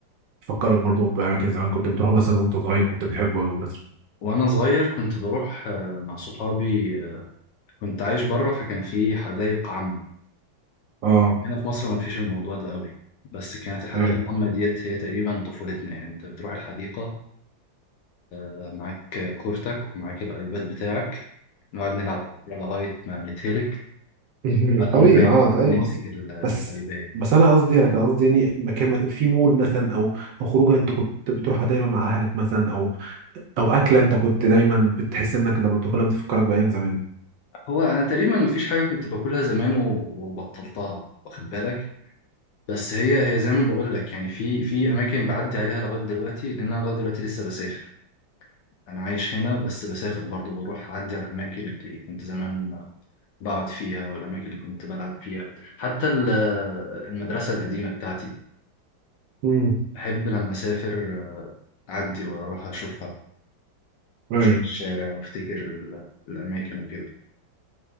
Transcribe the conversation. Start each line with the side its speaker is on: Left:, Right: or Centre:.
Right: تفكرك برضه باماكن زمان كنت بتروحه مثلا وانت صغير كنت بتحبه قوي مثلا
Left: وانا صغير كنت بروح آه، مع صحابي آه، كنت عايش بره فكان في حدائق عامة
Right: اه
Left: هنا في مصر ما فيش الموضوع ده قوي بس كانت الحديقة
Right: ايوه
Left: العامة ديت هي تقريبا طفولتنا يعني انت بتروح الحديقة معاك كورتك ومعاك الايباد بتاعك نقعد نلعب كورة لغاية ما نتهلك
Right: <laughs>
Left: بعدين
Right: طبيعي
Left: نرجع
Right: اه ده اي
Left: نمسك
Right: مصر
Left: ال- الايباد
Right: بس بس انا قصدي انا كان قصدي يعني مكان في مول مثلا او او خروجه انت كنت بتروحها دايما مع اهلك مثلا او او اكله انت كنت دايما بتحس انك لما بتاكلها بتفكرك بايام زمان
Left: هو انا تقريبا مفيش حاجة كنت باكلها زمان و- وبطلتها واخد بالك بس هي هي زي ما بقول لك يعني في في اماكن بعدي عليها لغاية دلوقتي لان انا لغاية دلوقتي لسه بسافر انا عايش هنا بس بسافر برضو بروح اعدي على الاماكن اللي كنت زمان بقعد فيها والاماكن اللي كنت بلعب فيها حتى ال- المدرسة القديمة بتاعتي
Right: امم
Left: بحب لما أسافر آه، أعدي وأروح أشوفها
Right: ايوه
Left: وأشوف الشارع وأفتكر ال- الأماكن وكده